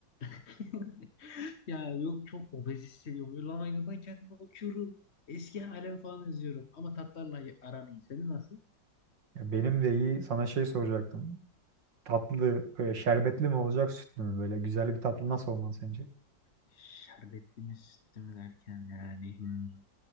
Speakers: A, on the left (about 40°); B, on the right (about 70°).
A: <laughs> Ya yok çok obez hissediyorum. Böyle Lan aynadan kendime bakıyorum. Eski halim falan izliyorum. Ama tatlarla aram iyi. Senin nasıl?
B: Ya benim de iyi. Sana şey soracaktım. Tatlı böyle şerbetli mi olacak sütlü mü böyle? Güzel bir tatlı nasıl olmalı sence?
A: Şerbetli mi sütlü mü derken yani. hmm.